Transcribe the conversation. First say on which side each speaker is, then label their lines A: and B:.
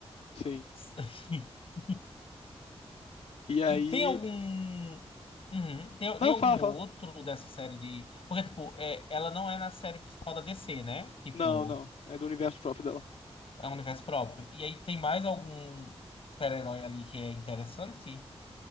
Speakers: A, on the left; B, on the left.
A: Sim.
B: <laughs>
A: E aí.
B: Tem algum. Uhum. Tem,
A: Não,
B: tem algum
A: fala, fala.
B: outro dessa série de. Porque, tipo, é, ela não é na série principal da DC, né? Tipo,
A: Não, não. É do universo próprio dela.
B: é um universo próprio. E aí tem mais algum super-herói ali que é interessante?